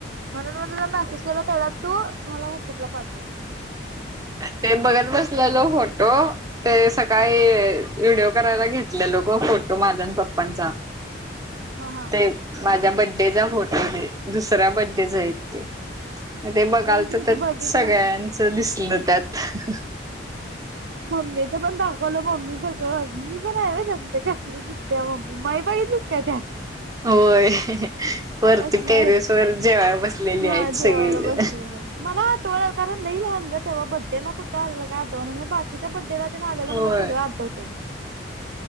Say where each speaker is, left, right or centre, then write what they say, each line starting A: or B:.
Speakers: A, on the right (about 60°); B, on the right (about 20°).
A: म्हणून मग तुला मेसेज केला तेवड्या तो मला व्हॉट्सअपला पाठवल
B: ते बघत बसलेलो फोटो ते सकाळी व्हिडिओ कराला घेतलेलो ग फोटो माझ आणि पप्पचा
A: हा हा
B: ते माझ्या ब डेचा फोटो दुसऱ्या बड्डेचा आहेत ते म ते
A: हा
B: बघालतो
A: तेच मी
B: तर
A: ते बघितलं
B: सगळ्यांच दिसलं त्यात
A: मम्मीच पण दाखवलो मम्मी बघून मी पण हाय व्हय त्यात म्हंत्या कसली दिसत्या मम्मी माई बघितलीस काय त्यात
B: होय वरती
A: कसले
B: टेरेस
A: आहेत
B: वर जेवाय बसलेली आहेत
A: आ
B: सगळी
A: जेवायला बसलेलं मला आटवलं कारण लय लहान ग तवा बड्डे ला कुठ आपल्याला काय आठवत बाकीच्या बड्डे ला तर तेन आलेला
B: होय
A: मला सगळं आठवतय